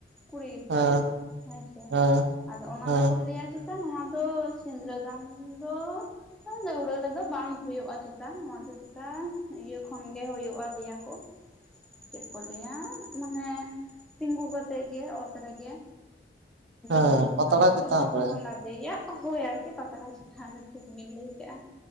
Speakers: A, in the centre; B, on the right (about 75°).
A: ᱠᱩᱲᱤ ᱜᱤᱫᱽᱨᱟᱹ
B: ᱦᱮᱸ
A: ᱦᱮᱸᱥᱮ
B: ᱦᱮᱸ
A: ᱟᱫᱚ ᱚᱱᱟ
B: ᱦᱮᱸ
A: ᱫᱚᱠᱚ ᱞᱟᱹᱭᱟ ᱪᱮᱛ ᱱᱚᱣᱟ ᱫᱚ ᱥᱤᱸᱫᱽᱨᱟᱹ ᱫᱟᱱ ᱫᱚ ᱫᱟᱹᱣᱲᱟᱹ ᱨᱮ ᱫᱚ ᱵᱟᱝ ᱦᱩᱭᱩᱜᱼᱟ ᱪᱮᱛᱟ ᱱᱚᱣᱟ ᱫᱚ ᱪᱮᱴᱟ ᱤᱭᱟᱹ ᱠᱷᱚᱱ ᱜᱮ ᱦᱩᱭᱩᱜᱼᱟ ᱞᱟᱹᱭᱟᱠᱚ ᱪᱮᱫ ᱠᱚ ᱞᱟᱹᱭᱟ ᱢᱟᱱᱮ ᱛᱤᱸᱜᱩ ᱠᱟᱛᱮᱜ ᱜᱮ ᱚᱛ ᱨᱮᱜᱮ
B: ᱦᱮᱸ
A: ᱫᱟᱹᱣᱲᱟᱹ
B: ᱯᱟᱛᱲᱟ
A: ᱪᱮᱛᱮᱱ ᱨᱮᱫᱚ
B: ᱪᱮᱛᱟᱱ
A: ᱵᱟᱠᱚ
B: ᱨᱮ
A: ᱞᱟᱹᱭᱟ ᱦᱳᱭ ᱟᱨᱠᱤ ᱯᱟᱛᱲᱟ ᱪᱮᱛᱟᱱ ᱨᱮ ᱴᱷᱤᱠ ᱵᱤᱱ ᱞᱟᱹᱭ ᱠᱟᱜᱼᱟ